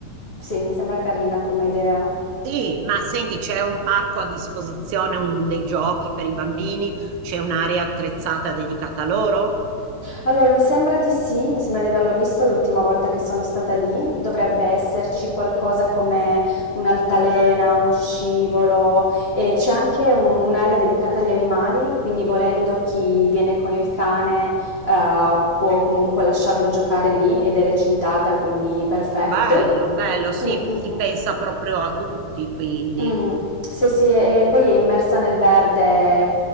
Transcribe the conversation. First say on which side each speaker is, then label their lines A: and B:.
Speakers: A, on the left; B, on the right.
A: sì, mi sembra carina come idea.
B: sì, ma senti, c'è un parco a disposizione, un- dei giochi per i bambini, c'è un'area attrezzata dedicata a loro?
A: Allora, mi sembra di sì, mi sembra di averlo visto l'ultima volta che sono stata lì. Dovrebbe esserci qualcosa come un'altalena, uno scivolo e c'è anche un- un'area dedicata agli animali, quindi volendo chi viene con il cane, eh, può comunque lasciarlo giocare lì ed è recintata, quindi perfetto.
B: Bello, bello, sì,
A: Mm,
B: si
A: mm, mm.
B: pensa proprio a tutti, quindi.
A: Mh. Sì, sì, e poi è immersa nel verde, è